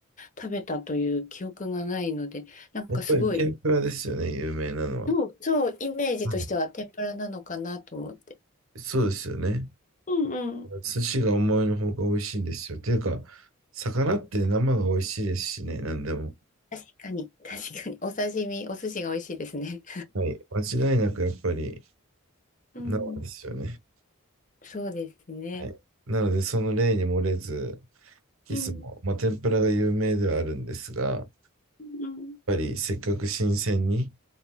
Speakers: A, on the left (about 35°); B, on the right (about 75°).
A: 食べたという記憶がないので、なんかすごい、
B: やっぱり天ぷらですよね、有名なのは。
A: そうそう、イメージとしては天ぷらなのかなと思って。
B: はい。そうですよね。
A: うんうん。
B: 寿司が思いのほか美味しいんですよ。ていうか、魚って生が美味しいですしね、何でも。
A: 確かに、確かに、お刺身、お寿司が美味しいですね。
B: はい。間違いなくやっぱり
A: <laughs> うん、
B: 生ですよね。
A: そうですね。
B: はい。なので、その例に漏れず、いつも、
A: うん
B: まあ、天ぷらが有名ではあるんですが、やっ
A: うん。
B: ぱりせっかく新鮮に